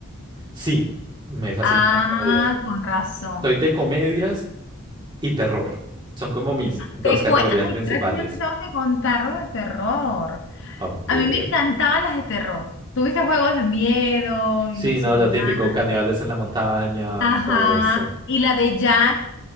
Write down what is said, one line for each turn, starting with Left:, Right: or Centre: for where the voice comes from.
Right: Sí, me fascinan
Left: Ah,
Right: las comedias.
Left: con razón.
Right: Soy de comedias y terror. Son como mis dos
Left: Te
Right: categorías
Left: cue- Ay,
Right: principales.
Left: creo que yo te tengo que contar lo de terror.
Right: A ver.
Left: A mí me encantaban las de terror. Tuviste juegos de miedo y
Right: Sí,
Left: no sé
Right: no,
Left: qué
Right: lo
Left: más.
Right: típico, caníbales en la montaña,
Left: Ajá.
Right: todo eso.
Left: Y la de Jack,